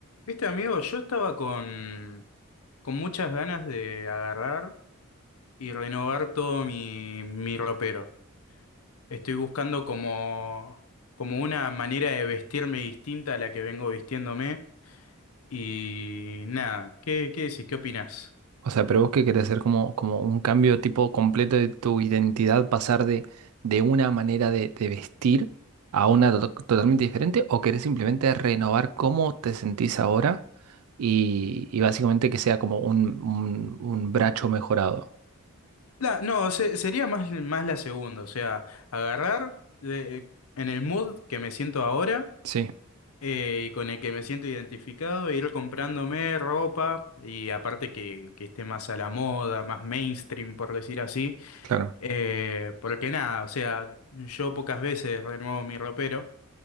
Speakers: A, on the left (about 75°); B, on the right (about 80°).
A: Viste, amigo, yo estaba con, con muchas ganas de agarrar y renovar todo mi, mi ropero. Estoy buscando como, como una manera de vestirme distinta a la que vengo vistiéndome. Y nada, ¿qué, qué decís? ¿Qué opinás?
B: O sea, pero vos que querés hacer como, como un cambio tipo completo de tu identidad, pasar de, de una manera de, de vestir a una to- totalmente diferente, o querés simplemente renovar cómo te sentís ahora y, y básicamente que sea como un, un, un bracho mejorado.
A: La, no, se- sería más, más la segunda, o sea, agarrar de- en el mood que me siento ahora.
B: Sí,
A: eh, y con el que me siento identificado, e ir comprándome ropa y aparte que, que esté más a la moda, más mainstream, por decir así,
B: claro.
A: Eh, porque nada, o sea, yo pocas veces renuevo mi ropero